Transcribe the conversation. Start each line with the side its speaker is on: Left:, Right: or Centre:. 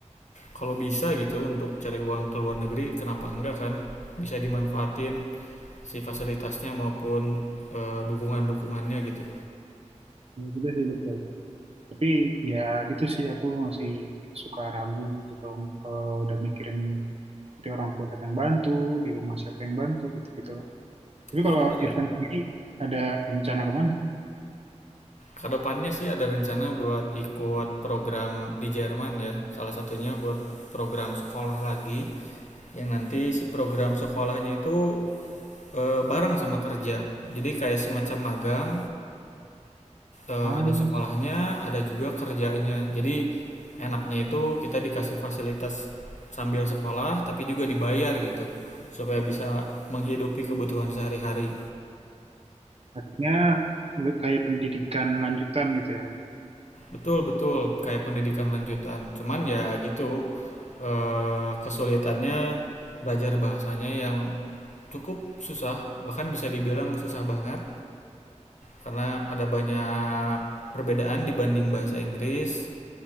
Left: kalau bisa gitu untuk cari uang ke luar negeri kenapa enggak kan bisa dimanfaatin si fasilitasnya maupun eh, dukungan-dukungannya gitu
Right: Ya, gitu sih betul. Tapi ya gitu sih aku masih suka ragu gitu kalau kalau udah mikirin nanti orang tua siapa yang bantu, di rumah siapa yang bantu gitu gitulah. Tapi
Left: ya
Right: kalau
Left: bener
Right: Irfan
Left: ya
Right: sendiri ada rencana kemana?
Left: Kedepannya sih ada rencana buat ikut program di Jerman ya. Salah satunya buat program sekolah lagi yang nanti si program sekolahnya itu eh, bareng sama kerja. Jadi kayak semacam magang, eh,
Right: Ah,
Left: ada sekolahnya,
Right: I
Left: ada juga kerjanya. Jadi enaknya itu kita dikasih fasilitas sambil sekolah, tapi juga dibayar gitu, supaya bisa menghidupi
Right: see.
Left: kebutuhan sehari-hari.
Right: Artinya kayak pendidikan lanjutan gitu ya.
Left: Betul betul, kayak pendidikan lanjutan. Cuman ya gitu, eh, kesulitannya belajar bahasanya yang cukup susah, bahkan bisa dibilang susah banget karena ada banyak perbedaan dibanding bahasa Inggris